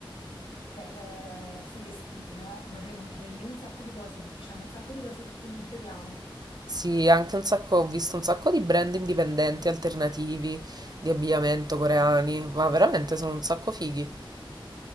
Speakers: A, on the left; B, on the right.
A: per, eh, sui vestiti, no? Vorrei comprare lì un sacco di cose perché c'è un sacco di cose che qui non troviamo.
B: Sì, anche un sacco, ho visto un sacco di brand indipendenti, alternativi, di abbigliamento coreani, ma veramente sono un sacco fighi.